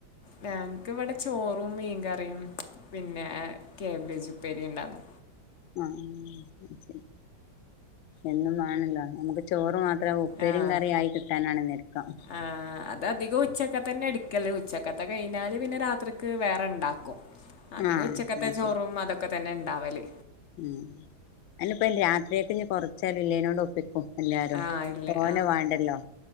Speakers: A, on the left; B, on the left.
A: ഞങ്ങക്ക് ഇവടെ ചോറും, മീൻകറിയും, പിന്നെ കാബേജ് ഉപ്പേരി ഉണ്ടാന്നു.
B: ആഹ് അയ്ശരി എന്നും മാണല്ലോ നമക്ക് ചോറ് മാത്രം ഉപ്പേരിയും
A: ആഹ്
B: കറിയായി കിട്ടാനാണ് ഞെര്ക്കം.
A: ആഹ് അ അത് അധികും ഉച്ചക്കത്തന്നെ എടുക്കല് ഉച്ചക്കത്തെ കഴിഞ്ഞാല് പിന്നെ രാത്രിക്ക് വേറെ ണ്ടാക്കും. അധികും
B: ആഹ്
A: ഉച്ചക്കത്തെ
B: അത്
A: ചോറും
B: ശരി
A: അതൊക്കെ തന്നെ ഇണ്ടാവല്.
B: ഉം അയ്നിപ്പ രാത്രിക്കക് ഇഞ് കൊറച്ചായാലും ഇല്ലേനോട് ഒപ്പി ക്കും എല്ലാരും
A: ആഹ് ഇല്ലേ
B: തോനെ വാണ്ടല്ലോ.